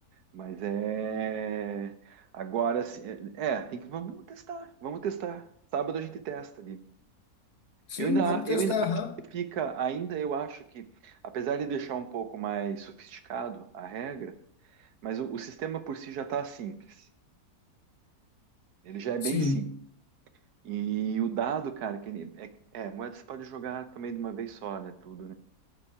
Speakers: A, on the right; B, on the left.
A: Mas é. Agora sim. É, é, tem que. Vamos testar. Vamos testar. Sábado a gente testa ali.
B: Sim,
A: Eu ainda,
B: vamos testar,
A: eu ainda
B: aham.
A: fica, ainda eu acho que, apesar de deixar um pouco mais sofisticado a regra, mas o, o sistema por si já está simples. Ele já é bem
B: Sim,
A: simples. E o dado, cara, que ele- é, é, moeda você pode jogar também de uma vez só, né? Tudo, né?